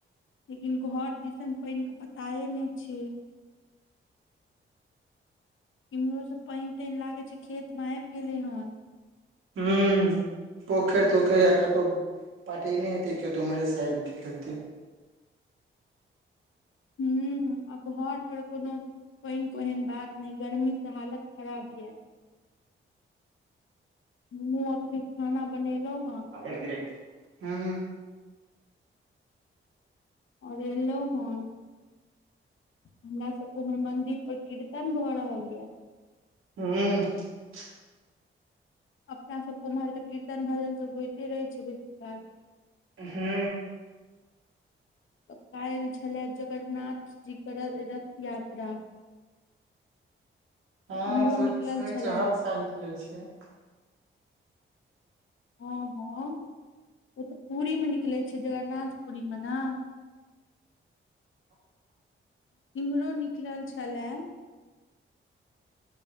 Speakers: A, on the left; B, on the right.
A: लेकिन घर दिसन पाइनके पताए नै छैय किम्हरो स पाइन- ताइन लागै छैय खेतमे आइब गेलै हन।
B: हू पोखैर तोखैर ये केतौ पटेने हेतै किओ त उम्हरे से आइब गेल हेतै।
A: हू आ घर पर कोनो-' पाइन कोइ एहेन बात नै गर्मी से हालत खराब या। हमहु अखने खाना बनेलौ हां
B: <unintelligible> हँ
A: और एलौ हन। हमरा सबके उमहर मंदिर पर कीर्तन भ रहल ये।
B: हू।
A: अपना सबके उम्हर त कीर्तन भजन सब होइते रहै छैय बेसी काल।
B: हू।
A: त काइल छलए जगरनाथ जी के र- रथ यात्रा। तऽ
B: हा
A: इम्हरो
B: सोइच
A: निकलल
B: सुनै
A: छले
B: छियै हर साल निकले छैय।
A: हं-हं ओ त पुरीमे निकलै छैय जगरनाथपुरीमे न। इम्हरो निकलल छलए।